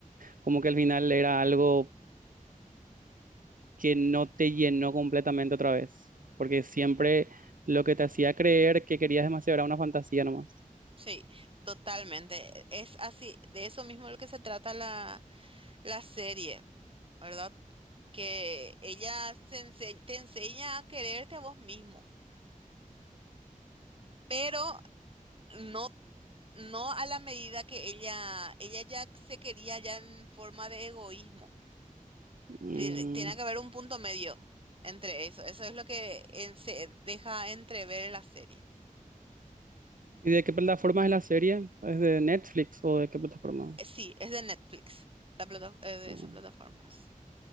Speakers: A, on the right; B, on the right.
A: como que al final era algo que no te llenó completamente otra vez, porque siempre lo que te hacía creer que querías demasiado era una fantasía nomás.
B: sí, totalmente. Es así, de eso mismo lo que se trata la, la serie, ¿verdad? Que ella se ense- te enseña a quererte a vos mismo, pero no, no a la medida que ella, ella ya se quería ya en forma de egoísmo.
A: Mm,
B: Tiene, tiene que haber un punto medio entre eso. Eso es lo que eh, se deja entrever en la serie.
A: ¿Y de qué plataforma es la serie? ¿Es de Netflix o de qué plataforma?
B: Eh, Sí, es de Netflix, la plata- eh, de
A: No.
B: esas plataformas.